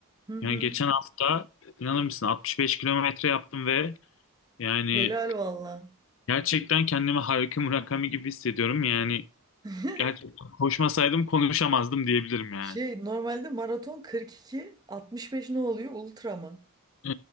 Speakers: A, on the right; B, on the left.
A: Hı hı.
B: Yani geçen hafta inanır mısın 65 kilometre yaptım ve yani
A: Helal valla.
B: gerçekten kendimi Haruki Murakami gibi hissediyorum. Yani
A: <laughs>
B: gerçekten koşmasaydım konuşamazdım diyebilirim yani.
A: Şey normalde maraton 42, 65 ne oluyor? Ultra mı?
B: Ee,